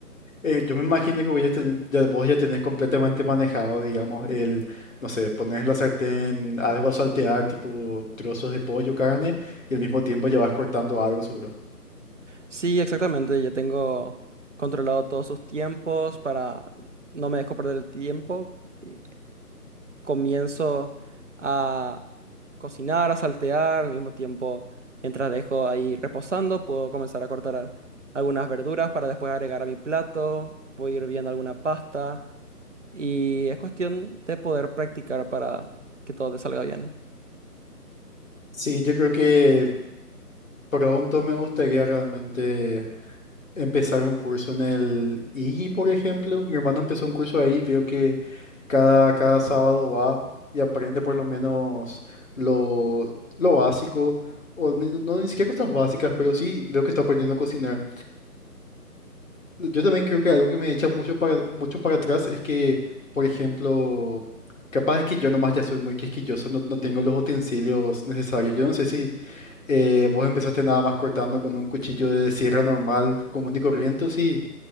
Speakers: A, on the left; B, on the right.
A: Eh, yo me imagino que vos ya, ten- ya- vos ya tenés completamente manejado, digamos, el, no sé, pones en la sartén algo a saltear, tipo trozos de pollo, carne, y al mismo tiempo ya vas cortando algo seguro.
B: Sí, exactamente. Ya tengo controlado todos sus tiempos para no me dejo perder el tiempo. y Comienzo a cocinar, a saltear, al mismo tiempo, mientras dejo ahí reposando, puedo comenzar a cortar algunas verduras para después agregar a mi plato. Voy hirviendo alguna pasta y es cuestión de poder practicar para que todo te salga bien.
A: Sí, yo creo que pronto me gustaría realmente empezar un curso en el i. G I, por ejemplo. Mi hermano empezó un curso ahí, veo que cada, cada sábado va y aprende por lo menos lo, lo básico, o ni- no, ni siquiera cosas básicas, pero sí veo que está aprendiendo a cocinar. Yo también creo que algo que me echa mucho para, mucho para atrás es que, por ejemplo, capaz es que yo nomás ya soy muy quisquilloso, no, no tengo los utensilios necesarios. Yo no sé si eh, vos empezaste nada más cortando con un cuchillo de sierra normal, común y corriente, o si